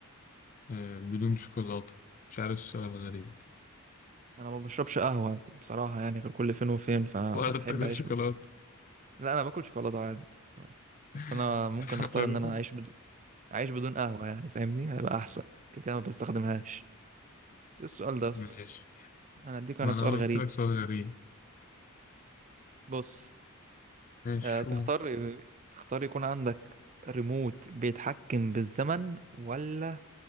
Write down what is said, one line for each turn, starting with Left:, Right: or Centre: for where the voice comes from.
Left: آه، بدون شوكولاتة مش عارف السؤال غريب
Right: انا ما بشربش قهوة بصراحة يعني غير كل فين وفين فاحب
Left: <laughs> ولا تاكل
Right: اعيش
Left: شوكولاتة
Right: ب... لا انا باكل شوكولاتة عادي آه.
Left: <laughs>
Right: بس انا ممكن اختار
Left: ولا-
Right: ان انا اعيش اعيش بدون قهوه يعني فاهمني هيبقى احسن كده كده ما بستخدمهاش بس إيه السؤال ده يا اسطى
Left: ماشي
Right: انا اديك انا
Left: وأنا
Right: سؤال غريب
Left: قلت لك سؤال غريب
Right: بص
Left: ماشي
Right: آه
Left: شوف
Right: تختار تختار يكون عندك ريموت بيتحكم بالزمن ولا